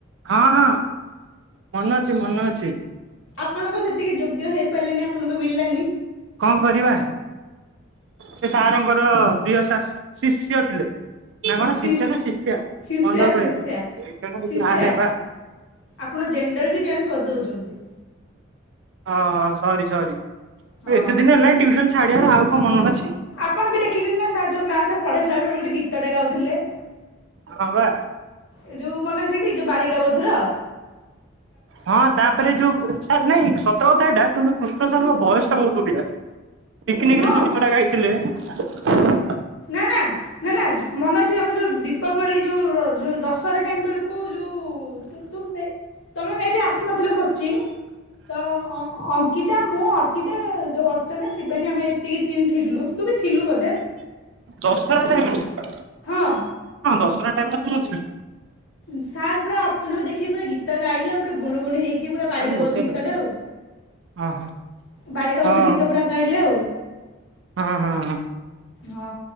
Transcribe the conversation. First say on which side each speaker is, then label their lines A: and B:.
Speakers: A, on the right; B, on the left.
A: ହଁ ହଁ ମନ ଅଛି ମନ ଅଛି
B: ଆପଣଙ୍କ ସେତିକି ଯୋଗ୍ୟ ହେଇପାରିଲାନି ଆପଣଙ୍କୁ ମିଲାନି
A: କଣ କରିବା ସେ ସାରଙ୍କର ପ୍ରିୟ ଶିଷ୍ୟ ଥିଲେ ନା କଣ
B: ଶିଷ
A: ଶିଷ୍ୟ ନା ଶିଷ୍ୟା
B: ଶିଷ୍ୟା
A: କଣ ତାକୁ
B: ଶିଶ୍ୟା
A: କହିବା
B: ଶିଷ୍ୟା
A: ଆରେ ବା
B: ଆପଣ ଜେଣ୍ଡର ବି ଚେଞ୍ଜ କରିଦଉଛନ୍ତି
A: ହଁ ହଁ ସରୀ ସରୀ
B: ହଁ
A: ଏତେ ଦିନ ହେଲାଣି ଟ୍ୟୁସନ ଛାଡ଼ ଏହାର ଆଉ କଣ ମନ ହୁଏ
B: ଆପଣ ବି ଦେଖିଛନ୍ତି ନା ସାର୍ ଯୋଉ କ୍ଲାସ ରେ ପଢ଼େଇଥିଲା ବେଳକୁ ଗୋଟେ ଗୀତଟା ଗାଉଥିଲେ
A: ହଁ ମ୍ବା
B: ଏ ଯୋଉ ମନେ ଅଛିଠି ଯୋଉ ବାଳିକା ବଧୁର
A: ହଁ ତାପରେ ଯୋଉଛା ନାଇଁ ସତର କଥାଟା କିନ୍ତୁ କୁ ସାର୍ ମୋ ବୟସ ଟା ବହୁତ ବଢିଆ ପିଙ୍କିନିକି
B: ହଁ
A: ରେ ଯୋଉଁ ଗୀତ ଟା ଗାଇଥିଲଥିଲେ <unintelligible>
B: ନା ନା ନା ନା ମନେ ଅଛି ଆମର ଯୋଉ ଦୀପାବଳି ଯୋଉ ର ଯୋଉ ଦଶହରା ଟାଇମ ବେଳକୁ ଯୋଉ ତମେ ମେ ବି ଆସୁନଥିଲ କୋଚିଂ ତ ଅ ଗୀତା ମୁଁ ଅର୍ଚିତା ଯୋଉ ଅର୍ଚ୍ଚନା ଶିବାନୀ ଆମେ ଏତିକି ଥିଲୁ ତୁ ବି ଥିଲୁ ବୋଧେ
A: ଦଶହରା ଟାଇମ୍ ରେ
B: ହଁ।।
A: ଦଶହରା ଟାଇମ୍ ରେ ତୁ ଥିଲୁ
B: ସାର୍ ପୁରା ଅଚନା ଦେଖି ପୁରା ଗୀତ ଗାଇଲେ ପୁରା ଗୁଣ ଗୁଣ ହେଇକି କି ପୁରା ବାଳିକା
A: ଚାଲୁନୁ ବସିବା
B: ବୋଧୁ ଗୀତଟେ
A: ଚାଲ।
B: ଆଉ
A: ହଁ
B: ବାଳିକା
A: ହଁ
B: ବୋଧୁ ଗୀତ ପୁରା ଗାଇଲେ ଆଉ
A: ହଁ ହଁ।।
B: ହଁ